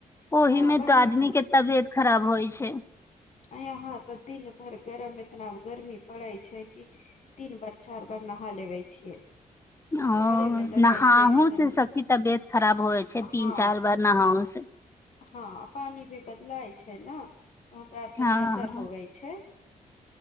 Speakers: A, on the left; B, on the left.
A: ओहि
B: हँ
A: मे
B: वही
A: तो आदमी के तबियत खराब होइ छै छै
B: यााँ तऽ दिन भर गरम इतना गर्मी पड़ै छै कि तीन बार चार बार नहा लेबे छियै
A: ओ
B: आरे मे लगाय
A: नहाहु
B: छै कि तनी
A: से सखी तबियत खराब होइ छै
B: हँ
A: तीन चार बार नहाहु से
B: हँ पानि भी बदलाय छै ने तऽ हमरा आर तनि
A: हँ
B: असर होबै छै